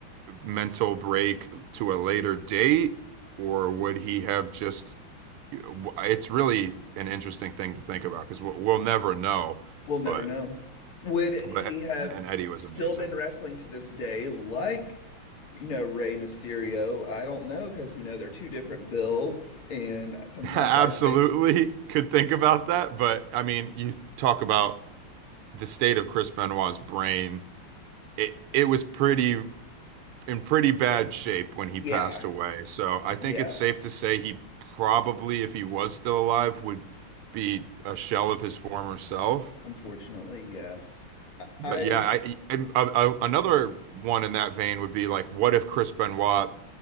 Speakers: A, on the right (about 85°); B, on the left (about 75°).
A: mental break to a later date, or would he have just? It's really an interesting thing to think about because we'll, we'll never know.
B: We'll never
A: But
B: know. Would
A: but
B: he have
A: man, Eddie was
B: still
A: amazing.
B: been wrestling to this day like you know, Rey Mysterio. I don't know because, you know, they're two different builds. And sometimes
A: <laughs> absolutely
B: I think
A: could think about that, but I mean, you talk about the state of Chris Benoit's brain. It it was pretty in pretty bad shape when he
B: Yeah.
A: passed away. So
B: Yeah.
A: I think it's safe to say he probably, if he was still alive, would be a shell of his former self.
B: Unfortunately, yes. I,
A: But
B: I
A: yeah, I, I, I- another one in that vein would be like, what if Chris Benoit